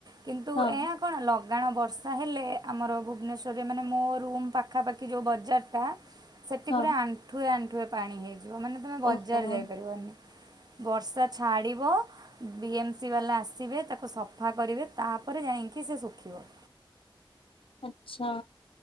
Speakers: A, on the right; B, on the left.
A: କିନ୍ତୁ
B: ହଁ।
A: ଏହା କ'ଣ ଲଗାଣ ବର୍ଷା ହେଲେ ଆମର ଭୁବନେଶ୍ୱରରେ ମାନେ ମୋ ରୁମ୍ ପାଖାପାଖି ଯେଉଁ ବଜାରଟା ସେଠି
B: ହଁ
A: ପୁରା ଆଣ୍ଠୁଏ ଆଣ୍ଠୁଏ ପାଣି ହେଇ ଯ ମାନେ ତମେ ବଜାର
B: ଓହୋ ହଁ।
A: ଯାଇପାରିବନି ବର୍ଷା ଛାଡ଼ିବ ବି ଏମ୍ ସି ବାଲା ଆସିବେ ତାକୁ ସଫା କରିବେ ତାପରେ ଯାଇକି ସେ ଶୁଖିବ।
B: ଆଛା